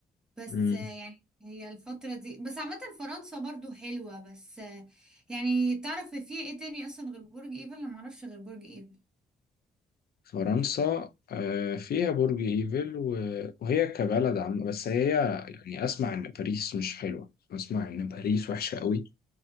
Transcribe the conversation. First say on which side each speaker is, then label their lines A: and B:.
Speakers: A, in the centre; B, on the left.
A: بس
B: مم.
A: آه، يعني هي الفترة دي بس عامة فرنسا برضو حلوة بس آه، يعني تعرف في ايه تاني اصلا غير برج ايفل انا معرفش غير برج ايفل
B: فرنسا آه، فيها برج إيفل و- وهي كبلد عم بس هي يعني أسمع إن باريس مش حلوة أسمع إن باريس وحشة قوي